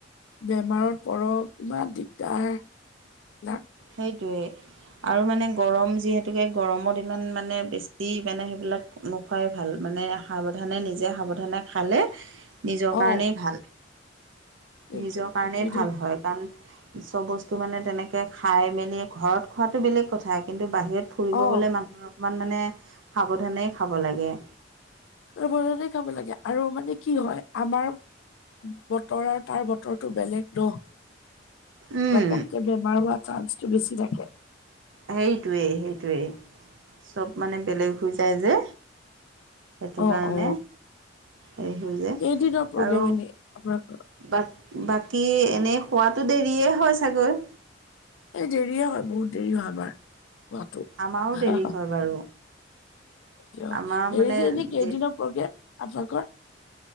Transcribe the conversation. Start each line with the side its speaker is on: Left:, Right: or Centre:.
Left: বেমাৰত পৰক ইমান দিগদাৰ লাক
Right: সেইটোৱে আৰু মানে গৰম যিহেতুকে গৰমত ইমান মানে বেছি মানে সেবিলাক নোখোৱাই ভাল মানে সাৱধানে নিজে সাৱধানে খালে নিজৰ
Left: অ
Right: কাৰণেই ভাল
Left: সেইটোৱে
Right: নিজৰ কাৰণেই
Left: সেইটোৱে
Right: ভাল
Left: দেই
Right: হয় কাৰণ চব বস্তু মানে তেনেকে খাই মেলি ঘৰত খোৱাটো বেলেগ কথা কিন্তু বাহিৰত ফুৰিব
Left: অ
Right: গ'লে মানুহৰ অকণমান মানে সাৱধানেই খাব লাগে
Left: অলপ খাব লাগে আৰু মানে কি হয় আমাৰ বতৰ আৰু তাৰ বতৰটো বেলেগ ন
Right: উম,
Left: ঘপককে বেমাৰ হোৱা চান্সটো বেছি থাকে
Right: সেইটোৱেই সেইটোৱেই চব মানে বেলেগ হৈ যায় যে সেইটো
Left: অ
Right: কাৰণে
Left: অ
Right: হেৰি হৈ যায়
Left: কেইদিনৰ প্ৰগ্ৰেম
Right: আৰু
Left: এনে আপোনালোকৰ
Right: বাক বাকী এনেই শুৱাটো দেৰিয়ে হয় চাগৈ
Left: এ দেৰিয়ে হয় বহুত দেৰি হয় আমাৰ
Right: আমাৰো দেৰি হয় বাৰু
Left: কিয়
Right: আমাৰ মানে
Left: এইৰি যে এনেই কেইদিনৰ
Right: দে
Left: পৰগে আপোনালোকৰ